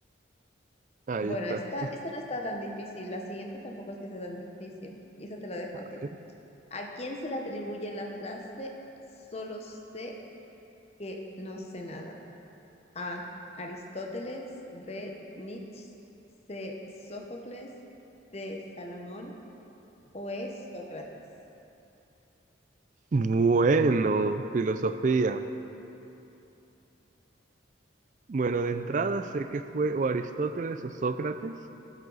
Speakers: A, on the right; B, on the left.
A: Ahí
B: Bueno,
A: está.
B: esta, esta no está tan difícil. La siguiente tampoco es que sea tan difícil. Y esa te la dejo
A: A
B: a ti.
A: ver.
B: ¿A quién se le atribuye la frase solo sé que no sé nada? A. Aristóteles. B. Nietzsche. C. Sófocles. D. Salomón. O E. Sócrates.
A: Bueno, filosofía. Bueno, de entrada sé que fue o Aristóteles o Sócrates,